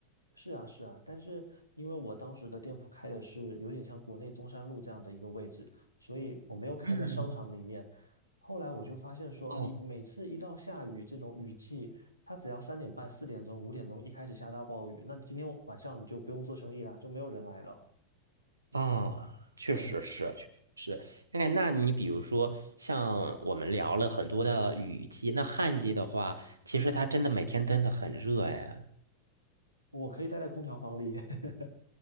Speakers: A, on the left (about 85°); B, on the right (about 80°).
A: 是啊，是啊，但是因为我当时的店铺开的是有点像国内中山路这样的一个位置，所以我没有开在商场里面。
B: 嗯，
A: 后来我就发现说，
B: 哦，
A: 一每次一到下雨这种雨季，它只要三点半、四点钟、五点钟一开始下大暴雨，那今天晚上你就不用做生意啦，就没有人来了。
B: 啊，确实是，
A: 对，
B: 确实是。哎，那你比如说，像我们聊了很多的雨季，那旱季的话，其实它真的每天真的很热哎
A: 我可以待在空调房里。<laughs>